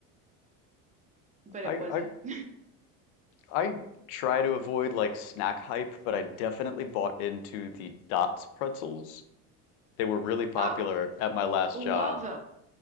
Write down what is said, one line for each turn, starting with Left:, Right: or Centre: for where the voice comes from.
Right: but
Left: I,
Right: it wasn't.
Left: I
Right: <laughs>
Left: I try to avoid like snack hype, but I definitely bought into the Dots pretzels. They were really popular
Right: Oh,
Left: at my last
Right: Love
Left: job.
Right: them.